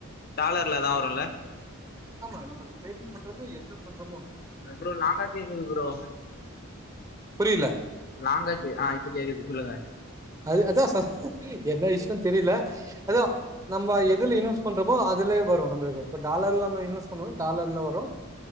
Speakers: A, on the left; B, on the right.
A: டாலர்லதா வருல்ல
B: ஆமா நமக்கு டிரேடிங் பண்றது என்ன பண்றமோ
A: அ ப்ரோ லாங்க கேக்குது ப்ரோ
B: புரியில்ல
A: லங்கா கே ஆ இப்ப கேக்குது சொல்லுங்க
B: அது அதா என்ன விஷ்யோ தெரியில அதா நம்ம எதுல இன்வெ பண்றோ அதுலய வரு நம்மளுக்கு இப்ப டாலர்ல நம இன்வெஸ் பண்ணோனா டாலர்ல வரு